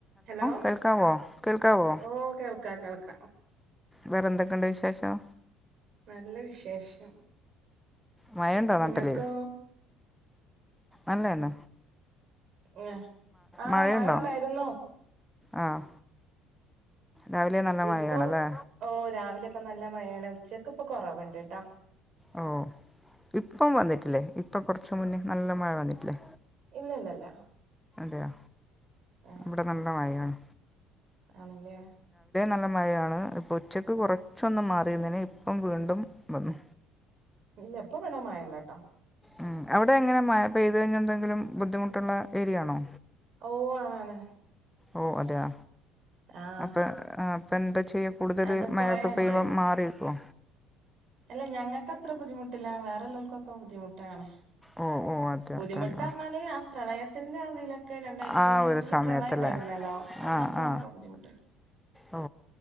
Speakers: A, on the right; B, in the centre.
A: Hello
B: കേൾക്കാവോ കേൾക്കാവോ
A: ഓ കേൾക്ക കേൾക്ക
B: വേറെന്തൊക്കെയുണ്ട് വിശേഷം
A: നല്ല വിശേഷം
B: മയണ്ടോ
A: നിങ്ങൾക്കോ
B: നാട്ടില് അല്ല അല്ല
A: ആ ആ
B: മഴയുണ്ടോ
A: മഴ ഇണ്ടായിരുന്നു
B: ആ രാവിലെ നല്ല
A: ഇപ്പൊ
B: മഴയാണല്ലേ
A: ഓ രാവിലെക്കെ നല്ല മയേണ് ഉച്ചക്ക്പ്പൊ കൊറവുണ്ട് ട്ടോ
B: ഓ ഇപ്പം വന്നിട്ടില്ലേ ഇപ്പൊ കൊറച്ച് മുന്നേ നല്ല മഴ വന്നിട്ടില്ലേ
A: ഇല്ലല്ലല്ല
B: അതെയാ
A: ആഹ്
B: ഇവിടെ നല്ല മഴേണ്
A: ആണല്ലേ
B: നല്ല മഴയാണ് ഇപ്പൊ ഉച്ചക്ക് കുറച്ചൊന്ന് മാറിയതേന് ഇപ്പം വീണ്ടും വന്നു
A: ഇല്ല ഇപ്പവടെ മയല്ലെട്ടാ
B: മ് അവിടെ എങ്ങനെ മഴ പെയ്ത് കഴിഞ്ഞന്തെങ്കിലും ബുദ്ധിമുട്ടുള്ള ഏരിയാണോ
A: ഓ ആണാണ്
B: ഓ അതെയ
A: ആഹ്
B: അപ്പൊ അപ്പ എന്താ ചെ യ്യാ കൂടുതല്
A: അത്
B: മഴക്കെ
A: പൊഴണ്ട്
B: പെയ്യുമ്പോ മാറി നിക്കോ
A: അല്ല ഞങ്ങക്ക് അത്ര ബുദ്ധിമുട്ടില്ല വേറെള്ളോൽകൊക്കെ ബുദ്ധിമുട്ടാണ്
B: ഓ ഓ അതെ
A: ബുദ്ധിമുട്ടറഞ്ഞാല്
B: തന്നെ
A: ആ പ്രളയത്തിന്റതിലൊക്കെ രണ്ടായിരത്തി
B: ആ
A: പതിനെട്ടില്
B: ഒരു സമയത്തല്ലേ
A: പ്രളയം ഇണ്ടായി രുന്നല്ലോ അന്നൊക്കെ
B: ആ ആ
A: വമ്പം ബുദ്ധിമുട്ടേര്ന്ന്
B: ഓ